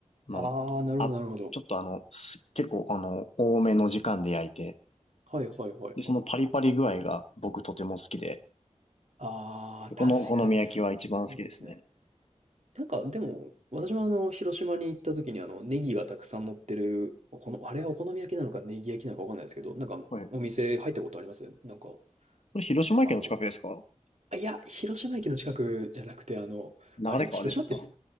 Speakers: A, on the left; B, on the right.
A: あの、
B: ああ、なるほどなるほど。
A: あ、ちょっとあの、す結構あの、多めの時間で焼いて、
B: はいはいはいはい。
A: で、そのパリパリ具合が僕とても好きで、
B: ああ、
A: このお好み焼きは一番好きですね。
B: 確かにそう。いいですね。なんか、でも、私もあの、広島に行った時にあの、ネギがたくさん乗ってる、この、あれはお好み焼きなのかネギ焼きなのかわかんないですけど、なんか、
A: はい。
B: お店入ったことありますなんか、
A: それ広島県の近くですか
B: あの、あ、いや、広島駅の近くじゃなくて、あの、
A: 流川ですか
B: あれ広島ってす、